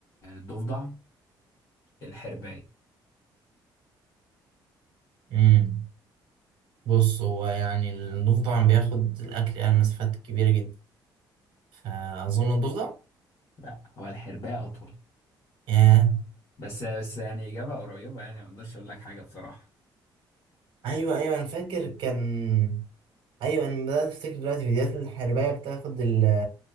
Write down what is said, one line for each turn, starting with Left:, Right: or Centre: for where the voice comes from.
Left: الضفدع الحرباية
Right: امم بص هو يعني الضفدع بياخد الأكل يعني مسافات كبيرة جدا فأظن الضفدع
Left: لا هو الحرباية أطول
Right: ياه
Left: بس بس يعني إجابة قريبة يعني ما أقدرش أقول لك حاجة بصراحة
Right: أيوه أيوه أنا فاكر كان ايوه انا بدات افتكر دلوقتي فيديوهات الحربايه بتاخد ال